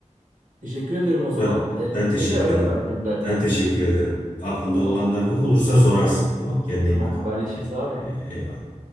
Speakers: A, on the right; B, on the left.
A: Teşekkür ediyorum o zaman.
B: Ben
A: E,
B: ben teşekkür
A: tekrar ararım
B: ederim.
A: ben seni zaten.
B: Ben teşekkür ederim. Aklında
A: Tamam.
B: olanlar olursa sorarsın. Tamam, kendine
A: Tamam
B: iyi bak.
A: haberleşiriz
B: E,
A: abi.
B: e, eyvallah.